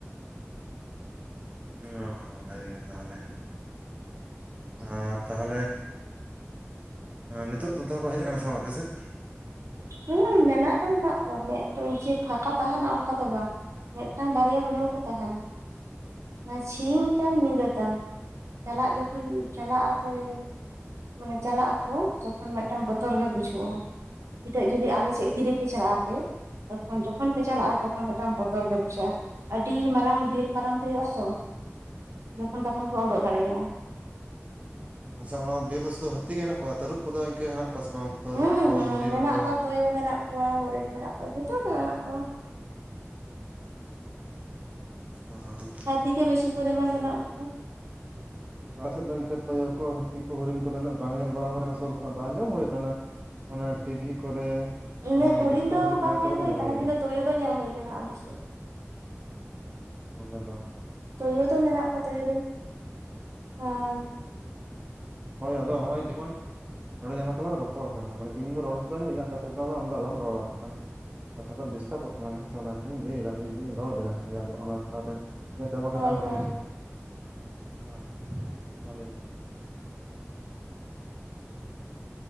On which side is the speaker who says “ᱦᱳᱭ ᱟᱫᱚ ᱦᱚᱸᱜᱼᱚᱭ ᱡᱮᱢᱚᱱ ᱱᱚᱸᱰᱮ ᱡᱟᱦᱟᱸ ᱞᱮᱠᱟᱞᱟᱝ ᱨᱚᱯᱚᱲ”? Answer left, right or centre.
Right